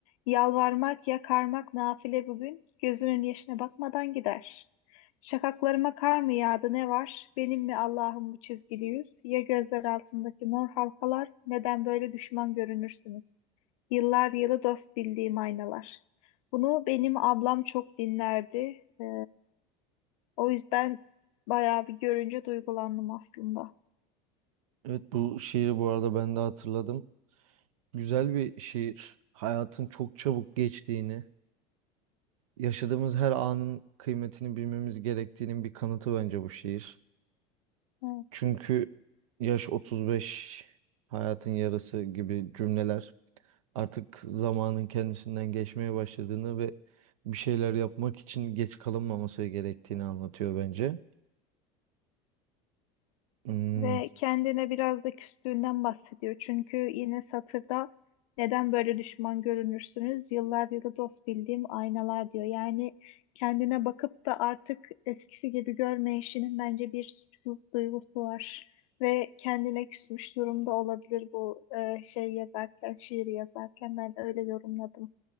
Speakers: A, on the left; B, on the right.
A: Yalvarmak, yakarmak nafile bugün. Gözünün yaşına bakmadan gider. Şakaklarıma kar mı yağdı ne var? Benim mi Allah'ım bu çizgili yüz? Ya gözler altındaki mor halkalar? Neden böyle düşman görünürsünüz? Yıllar yılı dost bildiğim aynalar. Bunu benim ablam çok dinlerdi. Ee, o yüzden bayağı bir görünce duygulandım aslında.
B: Evet bu şiiri bu arada ben de hatırladım. Güzel bir şiir. Hayatın çok çabuk geçtiğini. Yaşadığımız her anın kıymetini bilmemiz gerektiğinin bir kanıtı bence bu şiir.
A: Evet.
B: Çünkü yaş 35, hayatın yarısı gibi cümleler artık zamanın kendisinden geçmeye başladığını ve bir şeyler yapmak için geç kalınmaması gerektiğini anlatıyor bence. Hmm,
A: Ve kendine biraz da küstüğünden bahsediyor. Çünkü yine satırda neden böyle düşman görünürsünüz? Yıllar yılı dost bildiğim aynalar diyor. Yani kendine bakıp da artık eskisi gibi görmeyişinin bence bir suçluluk duygusu var. Ve kendine küsmüş durumda olabilir bu e, şey yazarken, şiiri yazarken ben öyle yorumladım.